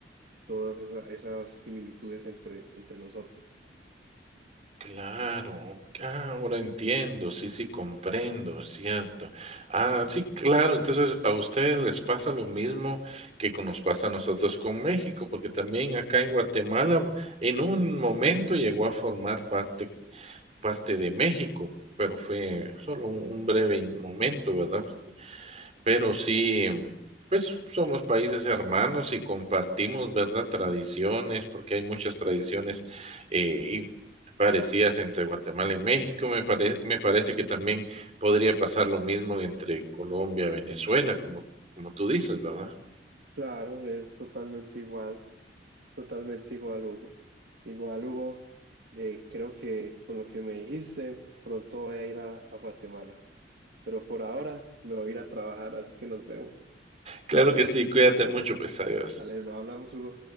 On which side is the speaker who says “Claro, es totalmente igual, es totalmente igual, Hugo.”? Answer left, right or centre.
Right